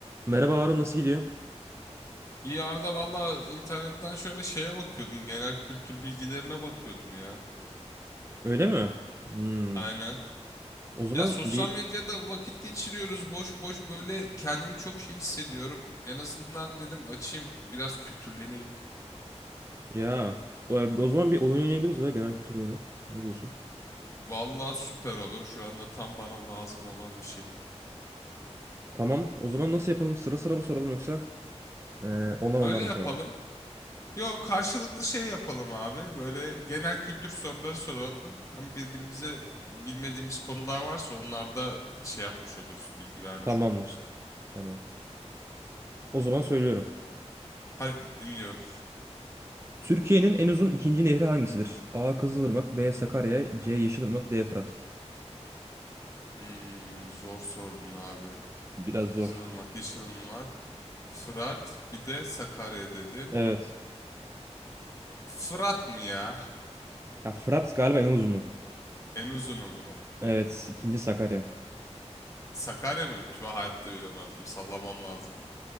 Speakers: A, on the right (about 25°); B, on the left (about 25°).
A: Merhaba Harun nasıl gidiyor?
B: İyi Arda valla internetten şöyle şeye bakıyordum. Genel kültür bilgilerine bakıyordum ya.
A: Öyle mi? Hmm.
B: Aynen.
A: O zaman
B: Ya sosyal
A: bir
B: medyada vakit geçiriyoruz boş boş böyle kendimi çok şey hissediyorum. En azından dedim açayım biraz kültürleneyim.
A: ya o, o zaman bir oyun oynayabiliriz ya genel kültür oyunu. Ne diyorsun?
B: Valla süper olur şu anda tam bana lazım olan bir şey.
A: Tamam. O zaman nasıl yapalım? Sıra sıra mı soralım yoksa e, onar onar
B: Öyle
A: mı
B: yapalım.
A: soralım?
B: Yo karşılıklı şey yapalım abi. Böyle genel kültür soruları soralım. Ama birbirimize bilmediğimiz konular varsa onlar da şey yapmış oluruz. Bilgi vermiş
A: Tamamdır.
B: oluruz yani.
A: Tamam. O zaman söylüyorum.
B: Hadi dinliyorum.
A: Türkiye'nin en uzun ikinci nehri hangisidir? A. Kızılırmak, B. Sakarya, C. Yeşilırmak, D. Fırat.
B: Hmm, zor sordun abi.
A: Biraz
B: Kızılırmak,
A: zor.
B: Yeşilırmak, Fırat, bir de Sakarya dedin.
A: Evet.
B: Fırat mı ya?
A: Ya Fırat galiba en uzunu.
B: En uzunu mu?
A: Evet, ikinci Sakarya.
B: Sakarya mıymış? Ben hayatta bilemezdim. Sallamam lazımdı.